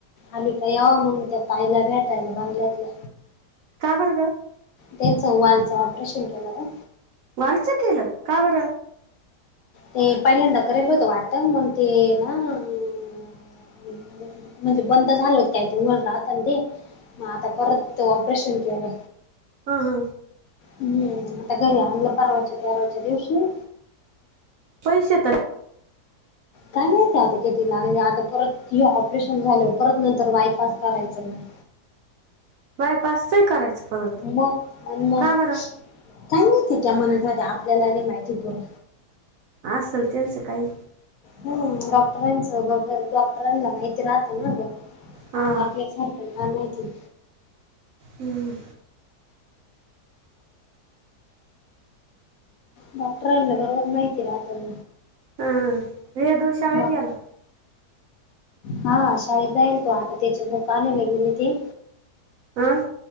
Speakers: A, on the left (about 70°); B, on the right (about 65°).
A: आली का याव मंग, त्या ताईला भेटायला बंगल्यातला.
B: का बर गं.
A: त्याचं वालच ऑपरेशन केला काय?
B: वालचं केलं, का बरं.
A: ते पहिल्यांदा कराेयला होतं वाटत, मग ते ना, अं, म्हणजे बंद झाल होत काय ते, मुलं राहत ते मग आता. परत ऑपरेशन केलं.
B: हा हा
A: हम्म.. आता घरी आणलं, परवाच्या तेरावाच्या दिवशी.
B: पैसे तर,
A: काय माहितीय आता किती लागले, आता परत ती ऑपरेशन झाल परत नंतर वायपास करायचं म्हण.
B: बायपासच ही करायचं. परत
A: अन्म अन्म,
B: का
A: काय
B: बरं
A: माहिती त्या म्हणत होत्या आपल्याला नाही माहिती पूर्ण.
B: आसल त्यांचं काही.
A: हम.. डॉक्टरांचं डॉक्टरांना माहिती राहतं ना गं.
B: हा
A: आपल्यासारखी आणायची.
B: हम्.
A: डॉक्टर आले, बरोबर माहिती राहतं.
B: हा वेदू शाळेत
A: मग.
B: गेला
A: हा शाळेला जाईल तो आता, त्याचे बुक आणयला गेले ते.
B: आं..